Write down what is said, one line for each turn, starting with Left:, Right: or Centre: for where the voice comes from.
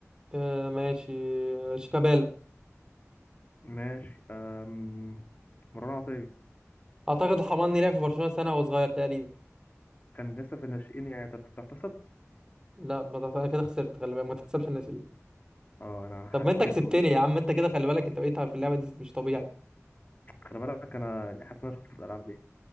Right: أه ماشي آه، شيكابالا
Left: ماشي آم... مروان عطيه
Right: اعتقد الحماني لعب في برشلونة سنة وهو صغير تقريبا
Left: كان لسه في الناشئين يعني تت- تحتسب
Right: لا ما تع- انا كده خسرت خلي بالك ما تحسبش الناس دي
Left: اه انا حسيته
Right: طب ما انت كسبتني
Left: يعني
Right: يا عم
Left: كان-
Right: انت كده خلي بالك انت بقيت في اللعبة دي مش طبيعي
Left: خلي بالك انا يعني حاسس ان انا شاطر في الالعاب دي